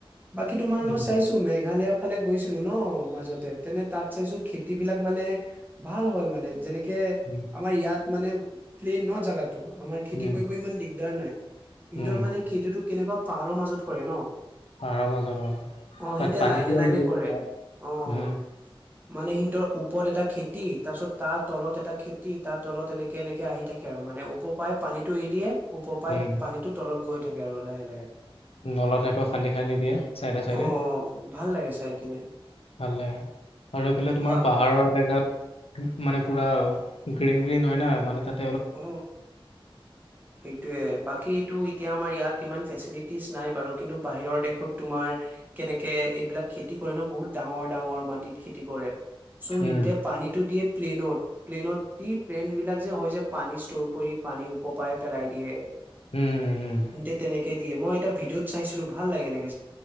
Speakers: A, on the right (about 20°); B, on the left (about 85°).
A: বাকী তোমাৰ
B: উম
A: মই চাইছো মেঘালেয়া ফালে গৈছিলো ন' মাজতে তেনে তাত চাইছো খেতি বিলাক মানে ভাল হয় মানে যেনেক কে
B: উম
A: আমাৰ ইয়াত মানে প্লেন ন' জাগাত ত' আমাৰ খেতি
B: উম
A: কৰিব ইমান দিগদাৰ নাই। কিন্তু
B: উম,
A: মানে খেতিতো কেনেকুৱা পাহাৰৰ মাজত কৰে ন।
B: পাৰ মাজত
A: অ সিহঁতে
B: তাত পানী
A: লাইনে
B: পাই
A: লাইনে
B: উম।
A: কৰে অ মানে সিহঁতৰ ওপৰত এটা খেতি তাৰপিছত তাৰ তলত এটা খেতি তাৰ তলত এনেকে-এনেকে আহি থাকে আৰু মানে উপপায় পানীটো এৰি দিয়ে উপপায়ত
B: উম,
A: পানীটো তলত গৈ থাকে আৰু লাহে লাহে
B: নলা টাইপৰ খান্দি-খান্দি দিয়ে চাইডে চাইডে
A: অ ভাল লাগে চাই কিনে
B: ভালে আৰু এইফালে তোমাৰ
A: বা
B: পাহাৰৰ এলেকাত মানে পুৰা গ্ৰীণ-গ্ৰীণ হয় নহয় মানে তাত
A: অ সেইটয়ে বাকী এটো এতিয়া আমাৰ ইয়াত ইমান ফেচিলিটিজ নাই বাৰু কিন্তু বাহিৰৰ দেশত তোমাৰ কেনেকে এইবিলাক খেতি কৰে ন বহুত ডাঙৰ ডাঙৰ মাটিত খেতি কৰে। চ'
B: উম,
A: সিতে পানীটো দিয়ে প্লেনত-প্লেনত দি প্লেন বিলাক যে হয় যে পানী ষ্টৰ কৰি পানী ওপৰপায় পেলাই দিয়ে।
B: উম, উম। উম।
A: হিন্তে তেনেক মই এটা ভিডিঅত চাইছিলো ভাল লাগে নক